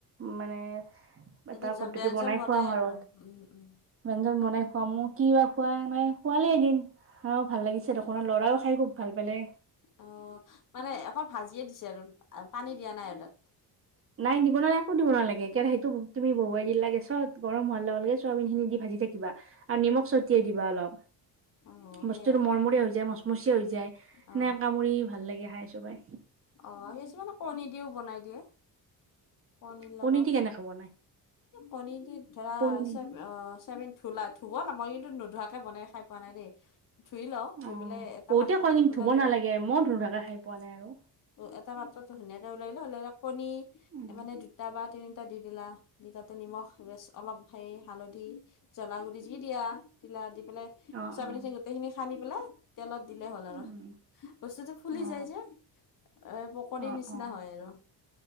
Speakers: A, on the right; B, on the left.
A: মানে এটা
B: এবিধ
A: পদ্ধতি
B: ব্যঞ্জন
A: বনাই খুৱাম আৰু।
B: উম উম
A: ব্যঞ্জন বনাই খোৱাম মোৰ কি বা খোৱা নাই খোৱালে এদিন, আৰু ভাল লাগিছে দখনৰ ল'ৰাও খাই খুব ভাল পালে।
B: অ' মানে অকল ভাজিয়ে দিছে আৰু পানী দিয়া নাই আৰু তাত।
A: নাই দিব নালাগে একো দিব নালাগে কেৰাহীটো তু-তুমি বহুৱাই দিলা গেছত গৰম হোৱাৰ লাগে চব ভিন দি ভাজি থাকিবা আৰু নিমখ ছটিয়াই দিবা অলপ
B: অ সেইয়াই
A: বস্তুটো মৰ্মৰিয়া হৈ যায় মছ মচিয়া হৈ যায়,
B: অ
A: সেনেকে কামুৰি ভাল লাগে খাই চোবাই।
B: অ', কিছুমানে কণী দিও বনাই দিয়ে কণীৰ
A: কণী
B: লগত।
A: দি কেনেকে বনাই
B: কণীতিট ধৰা
A: পনীৰ
B: চ-অ চেমেন ধুলা ধুবল মই নোধোৱাকে বনাই খাই পোৱা নাই দেই ধুই লও, ধুই
A: অ
B: পেলাই এটা
A: বহুতে
B: পাত্ৰত
A: কয় কিন্তু
B: ওলাই
A: ধুব
B: লওঁ।
A: নালাগে মই নোধোৱাকে খাই পোৱা নাই আৰু
B: ত, এটা পাত্ৰতো ধুনীয়াকে ওলাই তে হলে কণী
A: উম
B: মানে দুটা বা তিনিটা দি দিলা দি তাতে নিমখ টোৰেছ অলপ হে হালধি জলা গুৰি যি দিয়া তিলা দি পেলাই
A: অ
B: ছয়াবিন
A: অ
B: খিনি গোটেই খিনি খান্দি পেলাই তেলত দিলে হ'ল আৰু।
A: উম
B: বস্তুটো ফুলি
A: অ
B: যায় যে এ, পকৰিৰ
A: অ
B: নিচিনা
A: অ
B: হয় আৰু।